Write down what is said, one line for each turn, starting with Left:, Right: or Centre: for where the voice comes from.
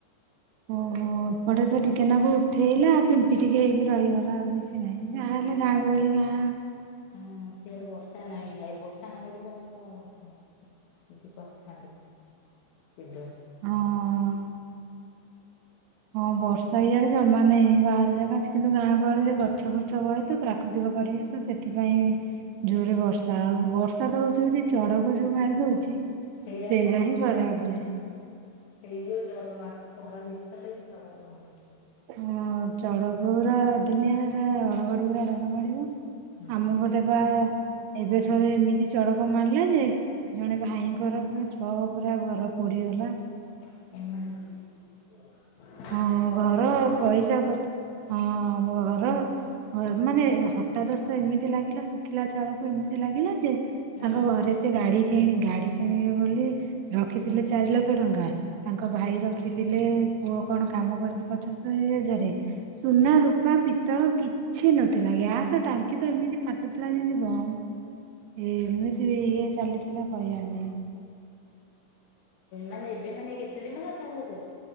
Right: ହୁଁ। ଏପଟେ ତ ଟିକେନାକୁ ଉଠେଇଲା ଆଉ ଫିମ୍ପି ଟିକେ ହେଇକି ରହିଗଲା ଆଉ କିଛି କି ନାହିଁ ଯାହାହଲେ ଗାଁ ଗହଳି ଗାଁ।
Left: ହଁ ସେଆଡେ ବର୍ଷା ନହିଁ ବର୍ଷା ନ ହେଇଥିଲେ ମୁଁ କି କରିଥାନ୍ତି ଶୀଘ୍ର।
Right: ଆଉ ହଁ। ହଁ ବର୍ଷା ଏଇଆଡେ ଜମା ନାହିଁ ବାହାରେ ଜାଗା ଅଛି କିନ୍ତୁ ଗାଁ ଗହଳିରେ ଗଛ ଫୃଛ ବହ ତ ପ୍ରାକୃତିକ ପରିବେଶ ସେଥିପାଇଁ ଜୋରରେ ବର୍ଷା ଆଉ ବର୍ଷା ହଉଛି ହଉଛି ଚଡ଼କ ଯଉ ମାରିଦଉଛି।
Left: ସେଇରା
Right: ସେଇଟା ହିଁ ଖରାପେ।
Left: ସେଇଥି ଯୋଗୁଁ ଡର ମାଡ଼ୁଛି <unintelligible>
Right: ହଁ ଚଡ଼କ ଉରା ଅଦିନିଆରେ ହଡଘଡି ଉରା ଡର ମାଡିବ।
Left: ହୁଁ
Right: ଆମ ଘରେ ବା ଏବେ ଥରେ ଏମିତି ଚଡ଼କ ମାରିଲା ଯେ ଜଣେ ଭାଇଙ୍କର ପୁରା ଛଅ ବଖରା ଘର ପୋଡିଗଲା।
Left: ଏମାନେ
Right: ହଁ ଘର
Left: ବଖରା
Right: ପଇସା ପତ୍ର ହଁ ଘର ମାନେ ହଟାଦସ୍ତ ଏମିତି ଲାଗିଲା ଶୁଖିଲା ଚାଳକୁ ଏମିତି ଲାଗିଲା ଯେ
Left: ହୁଁ।
Right: ତାଙ୍କ ଘରେ ସେ ଗାଡି କିଣି ଗାଡି କିଣିବେ ବୋଲି ରଖିଥିଲେ ଚାରି ଲକ୍ଷ ଟଙ୍କା। ତାଙ୍କ ଭାଇ ରଖିଥିଲେ ପୁଅ କଣ କାମ କରିକି <unintelligible> ସୁନା ରୂପା ପିତ୍ତଳ କିଛି ନଥିଲା ଗ୍ୟାସ ଟାଙ୍କି ତ ଏମିତି ଫାଟୁଥିଲା ଯେମିତି ବମ୍। ଏ ଏମିତି
Left: ହୁଁ
Right: ଇଏ ଚାଲିଥିଲା କହିଆରନାହିଁ।
Left: ମାନେ ଏବେ ମାନେ କେତେ ଦିନ କଥା କହୁଛ?